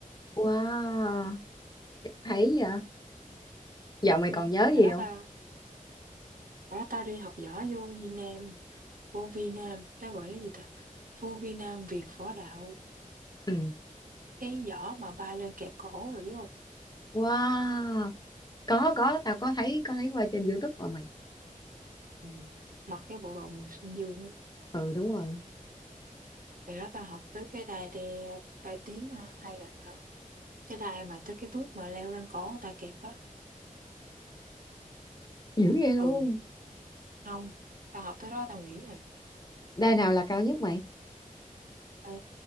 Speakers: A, on the left; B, on the right.
A: wow thấy vậy giờ
B: ừ
A: mày còn nhớ
B: phải
A: gì
B: đó
A: không
B: tao Ủa, tao đi học võ vô Việt Nam, vô Vi Nam, nó gọi là gì ta? Vô Vi Nam Việt Võ Đạo,
A: ừ
B: cái võ mà bay lên kẹp cổ rồi biết không?
A: wow có có tao có thấy có thấy qua trên YouTube mà mày
B: Ừ. Mặc cái bộ đồ màu xanh dương đó.
A: ừ đúng rồi
B: Rồi đó tao học tới cái đai đe, đai tím hả? hay gạch hả? Cái đai mà tới cái bước mà leo lên cổ người ta kẹp á.
A: dữ vậy luôn
B: Ừ, không, tao học tới đó tao nghĩ à,
A: đai nào là cao nhất mày
B: à